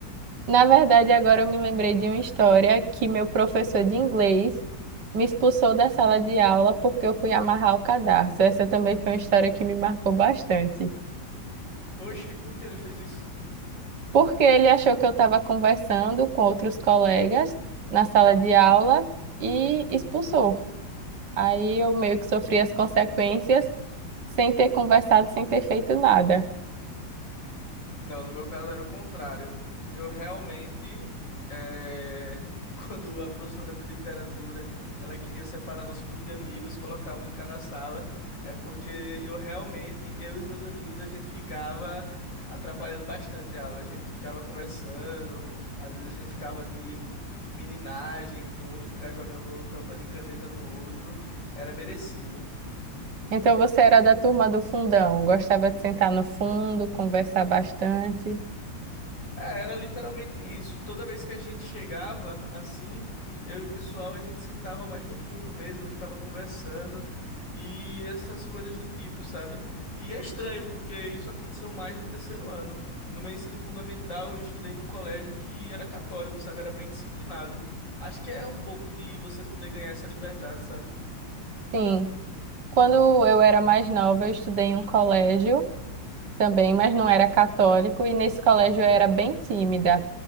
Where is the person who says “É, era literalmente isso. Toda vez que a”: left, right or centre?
Left